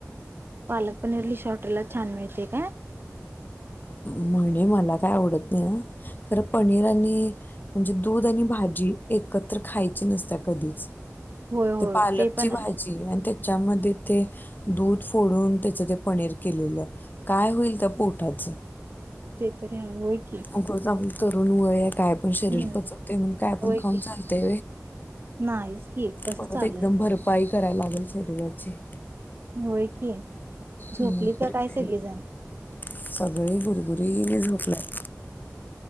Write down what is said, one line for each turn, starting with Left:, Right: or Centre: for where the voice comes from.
Right: पालक पनीर लि श हॉटेलला छान मिळते काय
Left: म्हणे मला काय आवडत नाही खर पनीर आणि म्हणजे दूध आणि भाजी एकत्र खायचे नसत्या कधीच
Right: होय होय
Left: ते पालकची
Right: पण
Left: भाजी
Right: आहे
Left: आणि ते त्याच्यामध्ये ते दूध फोडून त्याचं ते पनीर केलेलं काय होईल त्या पोठाचं
Right: ते तरी आहे की
Left: उगाच आपलं तरुण वय काय पण शरीर
Right: हम्म
Left: पचवते म्हण काय
Right: होय
Left: पण खाऊन
Right: की
Left: चालते
Right: नाहीच की कसं
Left: परत
Right: चालेल
Left: एकदम भरपाई कराय लागल शरीराची.
Right: होय की, झोपली
Left: मग
Right: का
Left: तरी
Right: काय
Left: तरी
Right: सगळेजण.
Left: पण सगळी गुरगुरीने झोकल्यात.